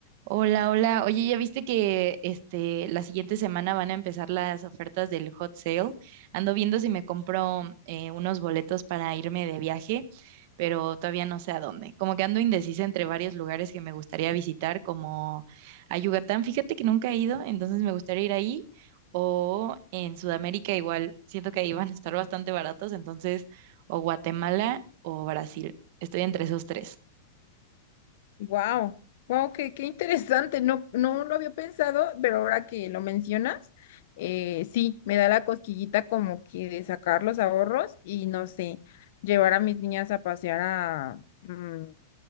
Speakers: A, on the right (about 55°); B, on the left (about 65°).
A: Hola, hola. Oye, ¿ya viste que este la siguiente semana van a empezar las ofertas del hot sale? Ando viendo si me compro eh, unos boletos para irme de viaje, pero todavía no sé a dónde. Como que ando indecisa entre varios lugares que me gustaría visitar, como a Yucatán. Fíjate que nunca he ido, entonces me gustaría ir ahí. O en Sudamérica igual, siento que ahí van a estar bastante baratos, entonces o Guatemala o Brasil. Estoy entre esos tres.
B: Wow, wow, qué, qué interesante. No, no lo había pensado, pero ahora que lo mencionas, eh, sí, me da la cosquillita como que de sacar los ahorros y no sé, llevar a mis niñas a pasear a, mm,